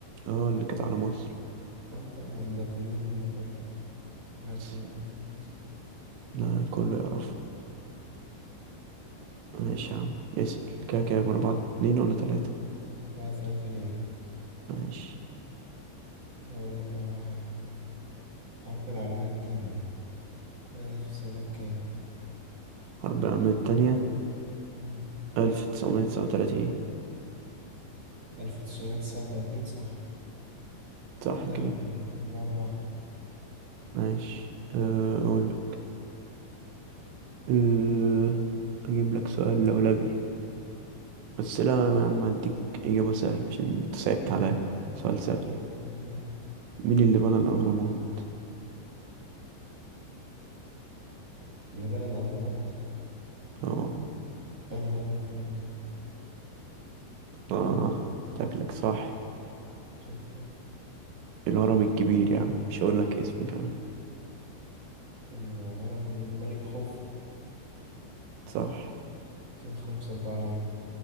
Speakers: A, on the right; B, on the right.
A: اه اللي كانت على مصر
B: اه طبعا نابليون بونابرت حد
A: بس
B: ما- ماشي
A: لا كله يعرفه ماشي يا عم اسأل كده كام أربعة اتنين ولا تلاتة
B: أربعة تلاتة ليه
A: ماشي
B: أقول لك بقى على حاجة الحرب العالمية التانية بدأت في سنة كام؟
A: حرب العالمية التانية
B: مم.
A: ألف تسعمية تسعة وتلاتين
B: 1939 صح
A: صح
B: كده
A: كده
B: احنا بأربع
A: ماشي أه، أقول أه، أجيب لك سؤال لولبي بس لا يا عم هديك إجابة سهلة عشان أنت صعبت عليا سؤال سهل
B: إيه؟
A: مين اللي بنى الأهرامات؟
B: اللي بنى الأهرامات
A: آه
B: أنهي هرم فيهم بالظبط
A: آه شكلك صح
B: شوف بقى
A: الهرم الكبير يا عم مش هقولك اسم كمان
B: الهرم الملك خوفو
A: صح
B: كده خمسة أربعة ليه